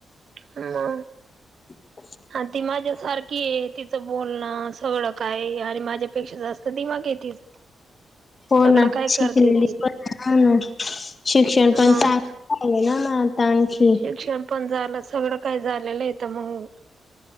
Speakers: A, on the right (about 55°); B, on the left (about 30°).
A: हा.
B: हम् <inaudible> <unintelligible>
A: ह ती माझ्या सारखी आहे तिचं बोलणं सगळं काय आणि माझ्यापेक्षा जास्त ती. के तिच
B: हो
A: सगळं
B: ना
A: काय
B: शिकलेली
A: करते
B: पण आहे. हा ना शिक्षण
A: मग
B: पण चांगल झाले ना म आता आणखी.
A: शिक्षण पण झालं सगळं काही झालेलं आहे तर मग.